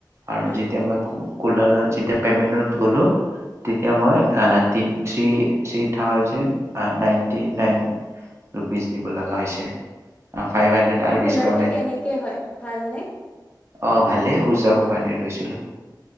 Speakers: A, on the right; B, on the left.
A: আৰু
B: উম।
A: যেতিয়া মই কুলাৰৰ যেতিয়া পেমেণ্টত গলো তেতিয়া মই ট three three thousand ninety nine rupees দিব লগা হৈছে। ফাইভ হাণ্ড্ৰেড
B: তোমাৰ
A: আৰু ডিচকাউণ্টে
B: কুলাৰটো কেনেকে হয় ভালনে?
A: অ', ভালে ঊষা
B: হ'ব,
A: কোম্পানীৰ লৈছিলোঁ।